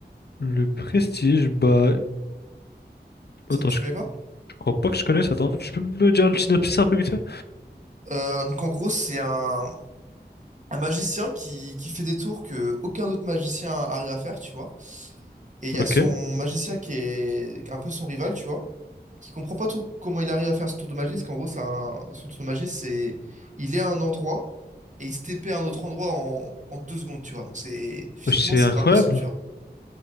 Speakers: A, on the left; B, on the right.
A: Le Prestige, bah...
B: Ça,
A: Attends,
B: tu
A: je,
B: connais
A: je
B: pas?
A: crois pas que je connaisse, attends. Tu peux me dire le synopsis un peu vite fait?
B: Euh, donc en gros, c'est un un magicien qui, qui fait des tours que aucun autre magicien arrive à faire, tu vois. Et il
A: Ok.
B: y a son magicien qui est un peu son rival, tu vois, qui comprend pas trop comment il arrive à faire ce tour de magie, parce qu'en gros, c'est un- son tour de magie, c'est il est à un endroit et il se TP à un autre endroit en, en deux secondes, tu vois. Donc c'est physiquement,
A: C'est
B: c'est
A: incroyable.
B: pas possible, tu vois.